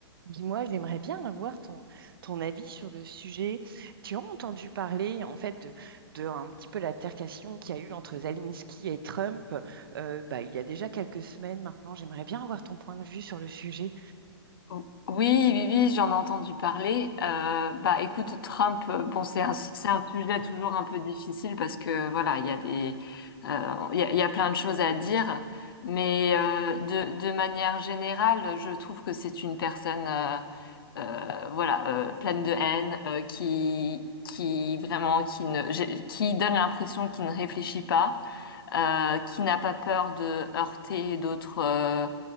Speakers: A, on the right; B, on the left.
A: Dis-moi, j'aimerais bien avoir ton, ton avis sur le sujet. Tu as entendu parler en fait de, de un petit peu l'altercation qu'il y a eu entre Zelensky et Trump euh, bah, il y a déjà quelques semaines maintenant. J'aimerais bien avoir ton point de vue sur le sujet.
B: O- Oui, oui, oui, j'en ai entendu parler. Euh, bah, écoute, Trump, euh, bon, c'est un, c'est un sujet toujours un peu difficile parce que voilà, il y a des, euh, il y a, il y a plein de choses à dire, mais euh, de, de manière générale, je trouve que c'est une personne, euh, euh, voilà, euh, pleine de haine, euh, qui, qui vraiment, qui ne, j'ai- qui donne l'impression qu'il ne réfléchit pas, euh, qui n'a pas peur de heurter d'autres. euh,